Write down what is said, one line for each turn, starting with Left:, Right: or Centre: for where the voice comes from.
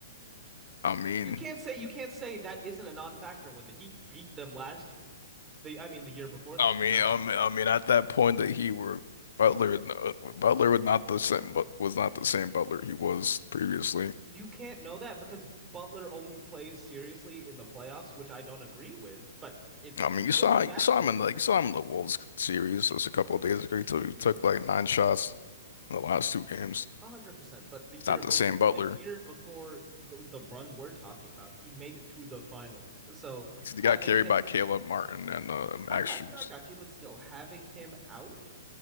Left: I mean,
Right: You can't say you can't say that isn't a non-factor when the Heat beat them last year. The I mean the year before that,
Left: I mean,
Right: you know?
Left: I mean, I mean, at that point that he were Butler, Butler was not the same, but was not the same Butler he was previously.
Right: You can't know that because Butler only plays seriously in the playoffs, which I don't agree with, but it's
Left: I
Right: true
Left: mean, you saw you
Right: factually.
Left: saw him in the you saw him in the Wolves series just a couple of days ago. He took, he took like nine shots in the last two games.
Right: A hundred percent. But the year,
Left: It's not
Right: but
Left: the same Butler.
Right: the year before the, the run we're talking about, he made it to the finals. So
Left: He
Right: having
Left: got carried
Right: him,
Left: by Caleb Martin and uh, Max
Right: I got
Left: Strus.
Right: you, I got you. But still, having him out,